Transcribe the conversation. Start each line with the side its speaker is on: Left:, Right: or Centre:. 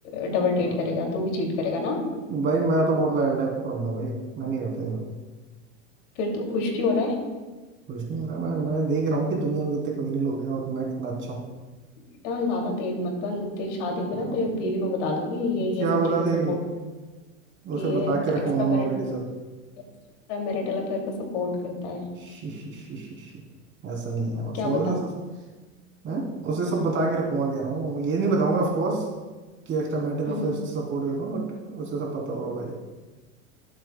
Left: डबल
Right: अ,
Left: डेट करेगा तू भी चीट करेगा ना
Right: भाई मैं तो बहुत लाइट टाइप का बंदा हूँ भाई मैं नहीं करता ये सब।
Left: फिर तू खुश क्यों हो रहा है
Right: खुश नहीं हो रहा मैं मैं देख रहा हूँ कि दुनिया में कितने कमीने लोग हैं और मैं कितना अच्छा हूँ
Left: बेटा ज्यादा तेज मत बन तेरी शादी
Right: अ,
Left: पे ना तेरी बीवी को बता दूंगी ये ये
Right: क्या
Left: सब
Right: बता
Left: चीजें सपोर्ट
Right: दे
Left: कि
Right: उसे
Left: ये
Right: बता के रखूंगा
Left: extra
Right: मैं
Left: marital
Right: ऑलरेडी सब
Left: extra marital affair को सपोर्ट करता है
Right: शी, शी, शी, शी, शी। ऐसा नहीं है उसे
Left: क्या
Right: उसे
Left: बताऊं
Right: हैं? उसे सब बता के रखूंगा कह रहा हूँ ये नहीं बताऊंगा ऑफ कोर्स कि एक्स्ट्रा मैटर
Left: हम्म
Right: अफेयर सपोर्ट करता हूँ बट उसे सब पता होगा भाई